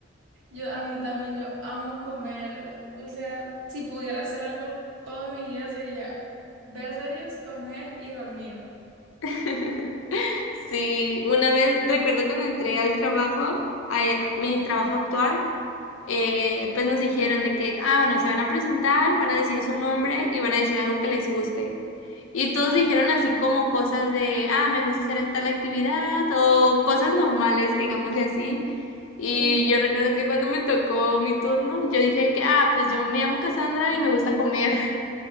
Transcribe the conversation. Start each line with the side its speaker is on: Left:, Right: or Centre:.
Right: Yo, a mí también, yo amo comer. O sea, si pudiera hacer algo toda mi vida sería ver series, comer y dormir.
Left: <laughs> Sí, una vez, recuerdo cuando entré al trabajo, a, e, a mi trabajo actual, eh, pues nos dijeron de que, ah, bueno, se van a presentar, van a decir su nombre y van a decir algo que les guste. Y todos dijeron así como cosas de, ah, me gusta hacer tal actividad o cosas normales, digámosle así. Y
Right: Sí,
Left: yo recuerdo que cuando me tocó mi turno, yo dije que, ah, pues yo me llamo Cassandra y me gusta comer.